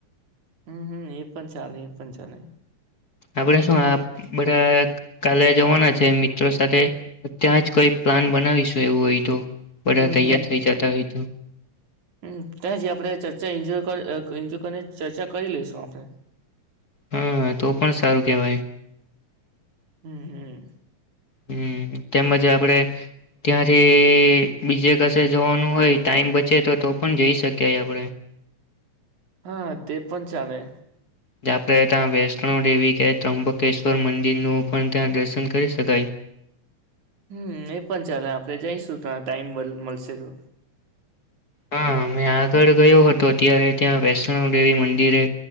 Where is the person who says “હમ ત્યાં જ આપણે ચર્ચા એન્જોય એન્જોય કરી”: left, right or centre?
Right